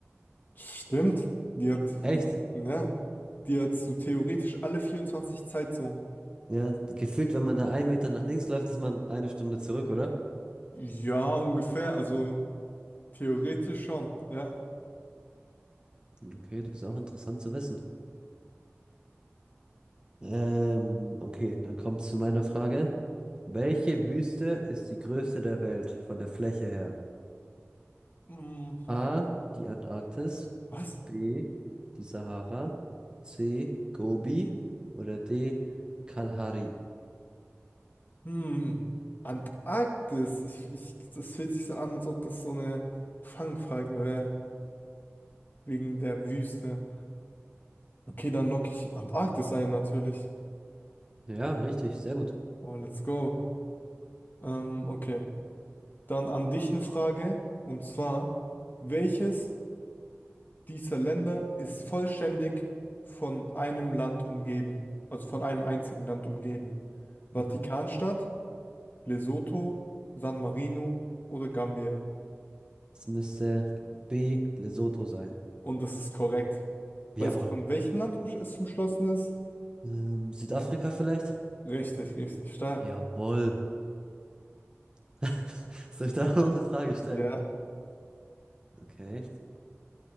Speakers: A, on the left; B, on the right.
A: Stimmt, die hat
B: Echt?
A: die meisten, ja. Die hat so theoretisch alle 24 Zeitzonen.
B: Ja, gefühlt, wenn man da einen Meter nach links läuft, ist man eine Stunde zurück, oder?
A: Ja, ungefähr, also theoretisch schon, ja.
B: Okay, das ist auch interessant zu wissen. Ähm, okay, dann kommt zu meiner Frage. Welche Wüste ist die größte der Welt von der Fläche her?
A: Hm,
B: A. Die Antarktis.
A: was?
B: B. Die Sahara. C. Gobi. Oder D. Kalahari.
A: Hm, Antarktis. Ich, ich, das fühlt sich so an, als ob das so eine Fangfrage wäre, wegen der Wüste. Okay, dann locke ich Antarktis ein, natürlich.
B: Ja, richtig, sehr gut.
A: Oh, let's go. Ähm, okay, dann an dich eine Frage. Und zwar, welches dieser Länder ist vollständig von einem Land umgeben? Also von einem einzigen Land umgeben? Vatikanstadt,
B: Mhm.
A: Lesotho, San Marino oder Gambia?
B: Es müsste B. Lesotho sein.
A: Und das ist korrekt. Weißt
B: Jawohl.
A: du, von welchem Land umsch- es umschlossen ist?
B: Ähm, Südafrika vielleicht?
A: Richtig, richtig stark.
B: Jawohl. <laughs> Soll ich da noch eine Frage stellen?
A: Ja.
B: Okay.